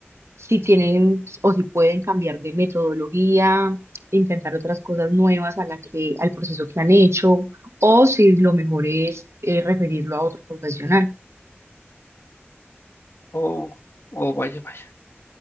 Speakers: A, on the right (about 80°); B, on the left (about 65°).
A: si tienen o si pueden cambiar de metodología, intentar otras cosas nuevas a la que, al proceso que han hecho, o si lo mejor es eh, referirlo a otro profesional.
B: o, o vaya, vaya.